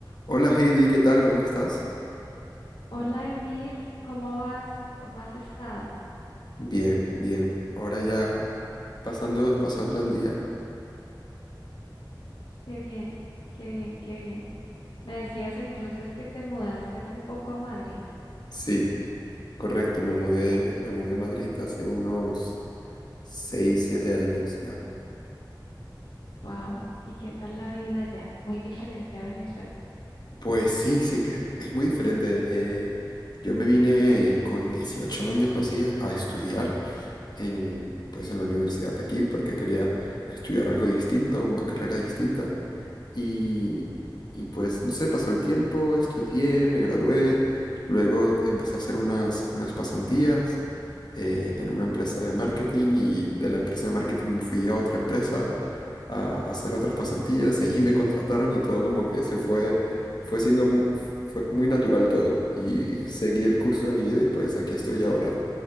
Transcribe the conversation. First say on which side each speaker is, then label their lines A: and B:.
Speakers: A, on the left; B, on the left.
A: Hola Heidi, ¿qué tal? ¿Cómo estás?
B: Hola Emil, ¿cómo vas? ¿Cómo has estado?
A: Bien, bien. Ahora ya pasando, pasando el día.
B: Qué bien, qué bien, qué bien. Me decías entonces que te mudaste hace poco a Madrid.
A: Sí, correcto, me mudé, me mudé a Madrid hace unos 6, 7 años ya.
B: Wow. ¿Y qué tal la vida allá? Muy diferente a Venezuela.
A: Pues sí, sí que es muy diferente. eh, yo me vine con 18 años o así a, a estudiar en, pues en la universidad aquí porque quería estudiar algo distinto, una carrera distinta. Y, y pues, no sé, pasó el tiempo, estudié, me gradué, luego empecé a hacer unas, unas pasantías eh, en una empresa de marketing y de la empresa de marketing fui a otra empresa a hacer otras pasantías y allí me contrataron y todo como que se fue, fue siendo, mu- fue muy natural todo y <laughs> seguí el curso de mi vida y pues aquí estoy ahora,